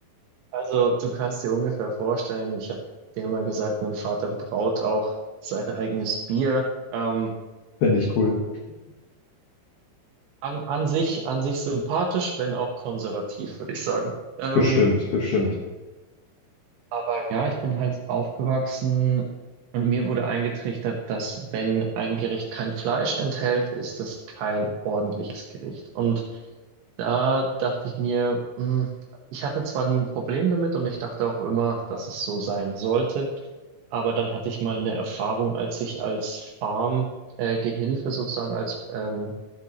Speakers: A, on the right (about 75°); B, on the left (about 70°).
A: also du kannst dir ungefähr vorstellen, ich habe dir mal gesagt, mein Vater braut auch sein eigenes Bier. Ähm,
B: <laughs> Finde ich cool.
A: an, an sich, an sich sympathisch, wenn auch konservativ, würde ich sagen. Ähm,
B: Bestimmt, bestimmt.
A: Aber ja, ich bin halt aufgewachsen und mir wurde eingetrichtert, dass wenn ein Gericht kein Fleisch enthält, ist es kein ordentliches Gericht. Und da dachte ich mir, hm, ich hatte zwar nie ein Problem damit und ich dachte auch immer, dass es so sein sollte, aber dann hatte ich mal eine Erfahrung, als ich als Farm, äh, Gehilfe sozusagen, als ähm,